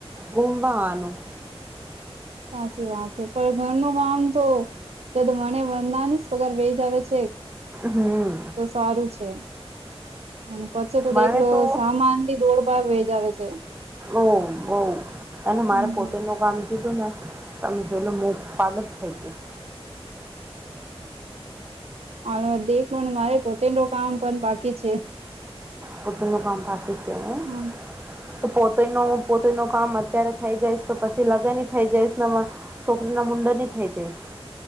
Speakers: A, on the right; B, on the right.
A: ગુમવાનું.
B: સાચી વાત છે પણ ઘરનું કામ તો તો તો વણે વંદાની પગર વહી જ આવે છે
A: હમ
B: તો સારું છે. અને પછી તો
A: મારે
B: દેખલો
A: તો
B: સામાન બી દોડ ભાગ વેજ આવે છે.
A: ઓ બહુ અને
B: હમ્મ.
A: મારે પોતેનું કામ. કીધું ને તમે જો એલો મો પાગલ થઈ ગયું.
B: હ દેખ લો મારે પોતેનું કામ પણ બાકી છે.
A: પતનું કામ પાકી છેને.
B: હમ.
A: તો પોતે નુ પોતે નુ કામ અત્યારે થઈ જઈશ તો પછી લગન થઈ જઈશ. છોકરી ના મુંડનની થઈ દઈશ